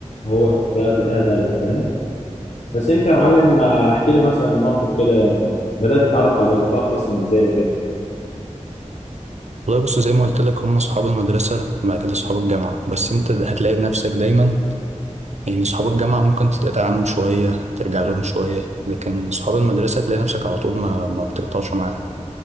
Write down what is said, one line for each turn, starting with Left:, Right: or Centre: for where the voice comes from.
Left: هو ده هتلاقيها غالية فاهم بس انت يا معلم آه، احكي لي مثلا موقف كده يعني بدأت تتعرف على اصدقائك اصلا ازاي وكده
Right: والله بص زي ما قلت لك هم اصحاب المدرسه وبعد كده اصحاب الجامعه بس انت هتلاقي نفسك دايما يعني اصحاب الجامعه ممكن تتقطع عنهم شويه ترجع لهم شويه لكن اصحاب المدرسه تلاقي نفسك على طول ما ما بتقطعش معاهم